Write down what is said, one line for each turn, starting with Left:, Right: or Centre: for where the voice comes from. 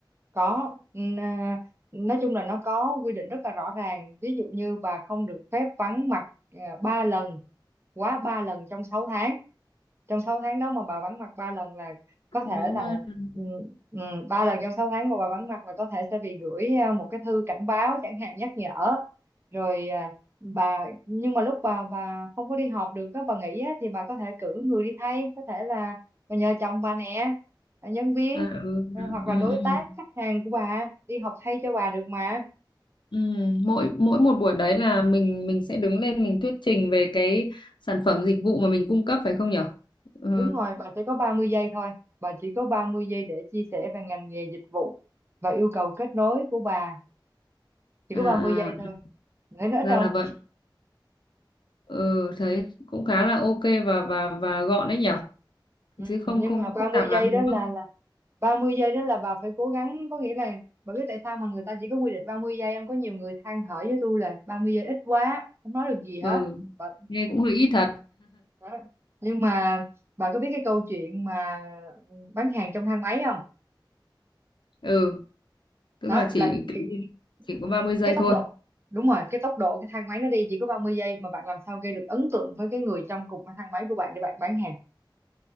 Right: có Ừm, à, nói chung là nó có quy định rất là rõ ràng ví dụ như bà không được phép vắng mặt à, ba lần quá ba lần trong sáu tháng trong 6 tháng đó mà bà vắng mặt ba lần là có thể
Left: Đó,
Right: là
Left: ba lần.
Right: ừ, ừ, ba lần trong 6 tháng mà bà vắng mặt là có thể sẽ bị gửi ờ, một cái thư cảnh báo chẳng hạn nhắc nhở rồi à, bà nhưng mà lúc bà bà không có đi họp được á bà nghỉ á thì bà có thể cử người đi thay có thể là bà nhờ chồng bà nè ờ, nhân viên
Left: à, ừ,
Right: ờ,
Left: à,
Right: hoặc là
Left: ừ,
Right: đối
Left: ừ.
Right: tác khách hàng của bà đi họp thay cho bà được mà
Left: Ừ, mỗi mỗi một buổi đấy là mình mình sẽ đứng lên mình thuyết trình về cái sản phẩm dịch vụ mà mình cung cấp phải không nhở ừ,
Right: đúng rồi bà chỉ có 30 giây thôi bà chỉ có 30 giây để chia sẻ về ngành nghề dịch vụ và yêu cầu kết nối của bà chỉ
Left: à,
Right: có 30 giây
Left: à
Right: thôi nữa nữa
Left: ra
Right: trong
Left: là vậy ừ, thấy cũng khá là ok và và và gọn đấy nhở
Right: ừ.
Left: chứ không
Right: nhưng
Left: không
Right: mà
Left: có
Right: 30
Left: phức tạp lắm
Right: giây đó
Left: đúng
Right: là
Left: không
Right: là 30 giây đó là bà phải cố gắng có nghĩa là bà biết tại sao mà người ta chỉ có quy định ba mươi giây em có nhiều người than thở với tôi là 30 giây ít quá không nói được gì hết
Left: ừ
Right: bà,
Left: nghe cũng hơi ít thật
Right: đó. nhưng mà bà có biết cái câu chuyện mà bán hàng trong thang máy không
Left: ừ tức
Right: đó
Left: là chỉ
Right: là
Left: kiểu
Right: cái,
Left: như chỉ có ba
Right: cái,
Left: mươi giây
Right: cái tốc
Left: thôi
Right: độ đúng rồi cái tốc độ cái thang máy nó đi chỉ có ba mươi giây mà bạn làm sao gây được ấn tượng với cái người trong cùng cái thang máy của bạn để bạn bán hàng